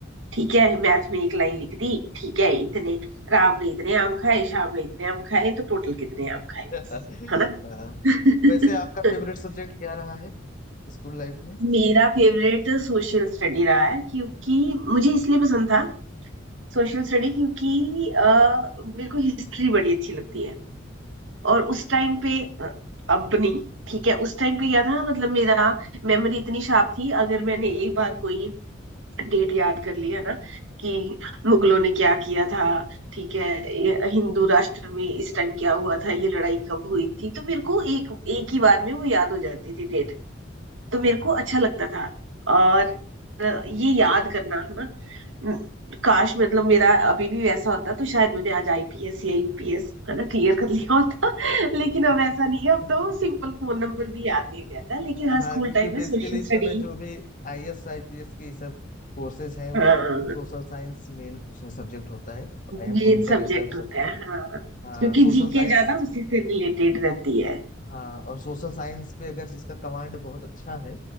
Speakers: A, on the right; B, on the left.
A: ठीक
B: हाँ
A: है मैथ में एक लाइन लिख दी ठीक है इतने राम ने इतने आम खाए श्याम ने इतने आम खाए तो टोटल कितने आम खाए
B: <laughs>
A: बस है ना
B: हाँ।
A: <laughs>
B: वैसे आपका फेवरेट सब्जेक्ट क्या रहा है स्कूल लाइफ में
A: मेरा फेवरेट सोशल स्टडी रहा है क्योंकि मुझे इसलिए पसंद था सोशल स्टडी क्योंकि अ, मेरे को हिस्ट्री बड़ी अच्छी लगती है और उस टाइम पे अ, अपनी ठीक है उस टाइम पे क्या था मतलब मेरा मेमोरी इतनी शार्प थी अगर मैंने एक बार कोई डेट याद कर ली है ना कि मुगलों ने क्या किया था ठीक है ये हिंदू राष्ट्र में इस टाइम क्या हुआ था ये लड़ाई कब हुई थी तो मेरे को एक एक ही बार में वो याद हो जाती थी तो
B: हाँ
A: मेरे को अच्छा लगता था और अ, ये याद करना है ना न- काश मतलब मेरा अभी भी वैसा होता तो शायद मैंने आज आईपीएस या यूपीएस है ना क्लियर कर लिया होता <laughs> लेकिन अब ऐसा नहीं है अब
B: <laughs>
A: तो सिंपल फोन नंबर भी याद नहीं रहता लेकिन हाँ
B: हाँ
A: स्कूल
B: क्योंकि
A: टाइम
B: बेसिकली
A: में सोशल
B: इस
A: स्टडी
B: समय जो भी आईएएस आईपीएस की सब कोर्सेज हैं वो
A: हाँ
B: सब सोशल साइंस मेन उसमें सब्जेक्ट होता है अहम
A: मेन
B: भूमिका
A: सब्जेक्ट
B: रहता है उस
A: होता
B: सब्जेक्ट
A: है हाँ
B: हाँ
A: क्योंकि
B: सोशल
A: जीके
B: साइंस
A: ज्यादा उसी से रिलेटेड रहती है
B: हाँ और सोशल साइंस पे अगर जिसका कमांड बहुत अच्छा है